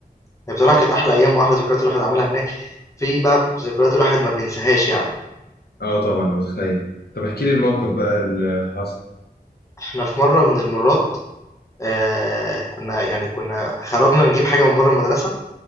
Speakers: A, on the left; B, on the left.
A: يعني بصراحه كانت احلى ايام واحلى ذكريات الواحد عملها هناك في بقى ذكريات الواحد ما بينساهاش يعني
B: اه طبعا متخيل طب احكي لي الموقف بقى اللي حصل
A: احنا في مره من المرات آه كنا يعني كنا خرجنا نجيب حاجه من بره المدرسه